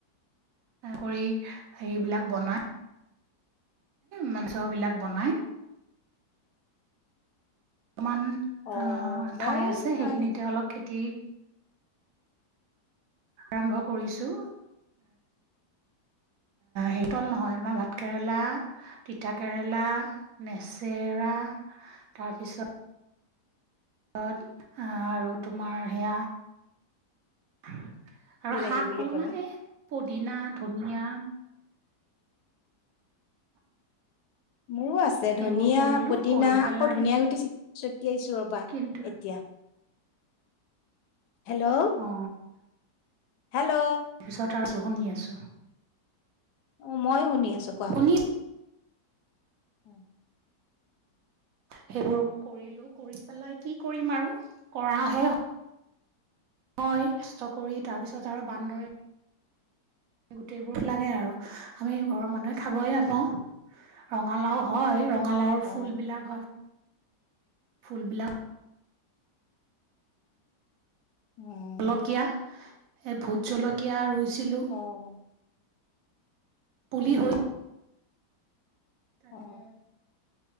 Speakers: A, on the right; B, on the left.
A: কৰি সেইবিলাক বনাই। মাংস বিলাক বনাই। অকনমান
B: অ
A: অঁ, ঠাই
B: মই
A: আছে সেইখিনিতে
B: নাই
A: অলপ খেতি আৰম্ভ কৰিছো। শেতল নহয় তোমাৰ ভাত কেৰেলা তিতা কেৰেলা, নেচেৰা তাৰপিছত অহ, টিপ আৰু তোমাৰ সেয়া আৰু
B: বিলাহী
A: শাক
B: বুলি
A: অলপমান
B: ক'লা
A: এই পদিনা, ধনিয়া
B: মোৰো আছে
A: সেইবোৰ
B: ধনিয়া,
A: কৰিলো
B: পদিনা
A: কৰি পেলাই
B: আকৌ ধনীয়া গুটি চি ছটিয়াইছো ৰবা
A: কিন্তু
B: এতিয়া হেল্ল',
A: অ
B: হেল্ল',
A: পিছত আছোঁ শুনি আছোঁ।
B: অ, মইয়ো শুনি আছো কোৱা?
A: শুনি
B: উম।
A: সেইবোৰ কৰিলো কৰি পেলাই কি কৰিম আৰু কৰাহে হয় কৰি তাৰপিছত আৰু বান্দৰে গোটেইবোৰ লাগে আৰু আমি ঘৰৰ মানুহে খাবই নাপাওঁ। ৰঙালাও হয় ৰঙালাওৰ
B: অ
A: ফুল বিলাক হয় ফুল বিলাক
B: উম,
A: অলপকীয়া এই ভোট জলকীয়া ৰুইছিলোঁ।
B: অ',
A: পুলি
B: অ
A: হৈ তাকে।
B: অ